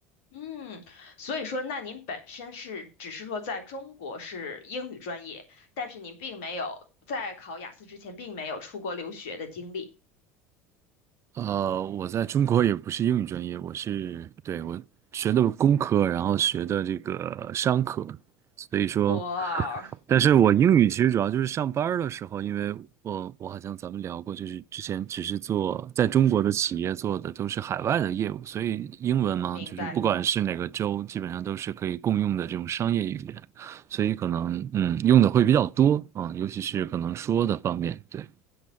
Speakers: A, on the left; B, on the right.
A: 嗯，所以说，那您本身是只是说在中国是英语专业，但是您并没有在考雅思之前并没有出国留学的经历。
B: 呃，我在中国也不是英语专业，我是，对，我学的工科，然后学的这个商科，所以说，
A: 我
B: 但是我英语其实主要就是上班儿的时候，因为我我好像咱们聊过，就是之前只是做在中国的企业做的都是海外的业务，所以英文嘛，
A: 明白，
B: 就是不嗯管是哪个州，基本上都是可以共用的这种商业语言，所以可能嗯用的会比较多啊，尤其是可能说的方面，对。